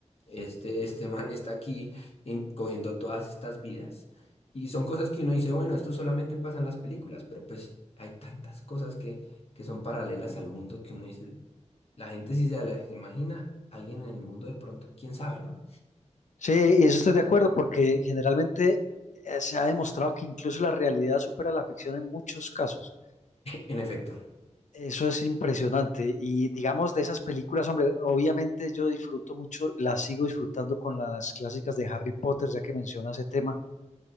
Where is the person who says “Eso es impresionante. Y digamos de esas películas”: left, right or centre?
Left